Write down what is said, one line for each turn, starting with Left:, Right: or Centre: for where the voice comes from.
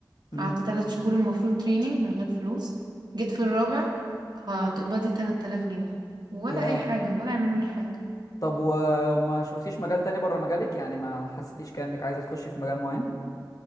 Left: امم
Right: قعدت تلات شهور المفروض تريننج من غير فلوس جيت في الرابع هتقبضي تلات آلاف جنيه ولا
Left: ياه
Right: أي حاجة ولا يعملوا لي حاجة
Left: طب و... وما شفتيش مجال تاني بره مجالك يعني ما حسيتيش كأنك عايزة تخشي في مجال معين